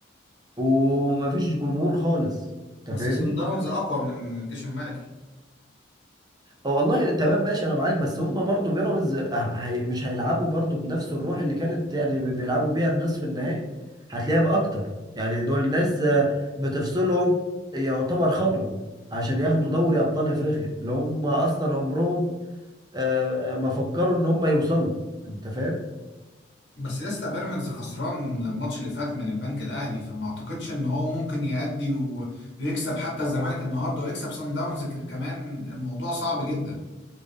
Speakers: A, on the right (about 20°); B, on the left (about 65°).
A: ومفيش جمهور خالص انت
B: بس
A: فاهمني
B: صن داونز اقوى من الجيش الملكي
A: هو والله تمام ماشي انا معاك بس هم برضو بيراميدز هي مش هيلعبوا برضو بنفس الروح اللي كانت يعني بي- بيلعبوا بيها النصف النهائي هتلاقيها باكتر يعني دول ناس آه، بتفصلهم يعتبر خطوة عشان ياخدوا دوري ابطال افريقيا اللي هم اصلا عمرهم آه، آه، ما فكروا ان هم يوصلوا انت فاهم
B: بس لسه بيراميدز خسران الماتش اللي فات من البنك الاهلي فما اعتقدش ان هو ممكن يأدي و- ويكسب حتى الزمالك النهارده ويكسب صن داونز ك- كمان الموضوع صعب جدا